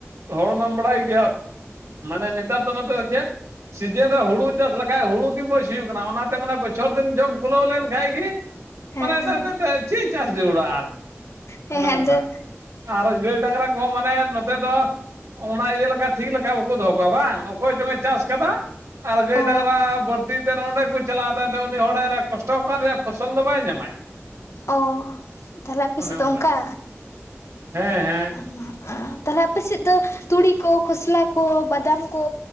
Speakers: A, on the right; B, on the left.
A: ᱦᱚᱲᱢᱟᱢ ᱵᱟᱰᱟᱭ ᱜᱮᱭᱮ ᱢᱟᱱᱮ ᱱᱤᱛᱟᱨ ᱫᱚ ᱱᱚᱛᱮ ᱫᱚ ᱪᱮᱫ ᱥᱤᱡᱮᱱ ᱨᱮ ᱦᱩᱲᱩ ᱪᱟᱥ ᱞᱮᱠᱷᱟᱡ ᱦᱩᱲᱩ ᱜᱮ ᱢᱚᱡᱽ ᱦᱩᱭᱩᱜ ᱠᱟᱱᱟ ᱚᱱᱟᱛᱮ ᱢᱟᱱᱮ ᱵᱚᱪᱷᱚᱨ ᱫᱤᱱ ᱡᱚᱢ ᱠᱩᱞᱟᱹᱣ ᱞᱮᱱᱠᱷᱟᱡ ᱜᱮ
B: ᱦᱮᱸ
A: ᱢᱟᱱᱮ ᱮᱱᱛᱮ ᱮᱱᱛᱮ ᱛᱮᱫ ᱪᱮᱫ ᱪᱟᱥ ᱡᱟᱹᱨᱩᱲᱟ ᱟᱨ
B: ᱦᱮᱸ
A: ᱚᱱᱮ
B: ᱦᱮᱸ
A: ᱚᱝᱠᱟ᱾
B: ᱟᱫᱚ
A: ᱟᱨ ᱜᱟᱹᱭ ᱰᱟᱝᱨᱟ ᱠᱚ ᱦᱚᱸ ᱢᱟᱱᱮ ᱱᱚᱛᱮ ᱫᱚ ᱚᱱᱟ ᱤᱭᱟᱹ ᱞᱮᱠᱟ ᱴᱷᱤᱠ ᱞᱮᱠᱟ ᱵᱟᱠᱚ ᱫᱚᱦᱚ ᱠᱚᱣᱟ ᱵᱟᱝ ᱚᱠᱚᱭ ᱪᱚᱝᱮ ᱪᱟᱥ ᱠᱟᱫᱟ ᱟᱨ ᱜᱟᱹᱭ
B: ᱚ
A: ᱰᱟᱝᱨᱟ ᱵᱟᱹᱨᱛᱤ ᱚᱸᱰᱮ ᱠᱚ ᱪᱟᱞᱟᱜ-ᱟ ᱛᱟᱭᱚᱢ ᱛᱟᱦᱚᱞᱮ ᱩᱱᱤ ᱦᱚᱲᱟᱜ ᱨᱮ ᱠᱚᱥᱴᱚ ᱠᱟᱱ ᱨᱮᱭᱟᱜ ᱯᱷᱚᱥᱚᱞ ᱫᱚ ᱵᱟᱭ ᱧᱟᱢᱟᱭ
B: ᱚ ᱛᱟᱦᱚᱞᱮ ᱟᱯᱮᱥᱮᱪ
A: ᱚᱱᱮ
B: ᱫᱚ
A: ᱚᱱᱠᱟ
B: ᱚᱝᱠᱟ
A: ᱦᱮᱸ
B: <inaudible>
A: ᱦᱮᱸ
B: ᱛᱟᱦᱚᱞᱮ ᱟᱯᱮᱥᱮᱫ ᱫᱚ ᱛᱩᱲᱤ ᱠᱚ ᱠᱷᱚᱥᱞᱟ ᱠᱚ ᱵᱟᱫᱟᱢ ᱠᱚ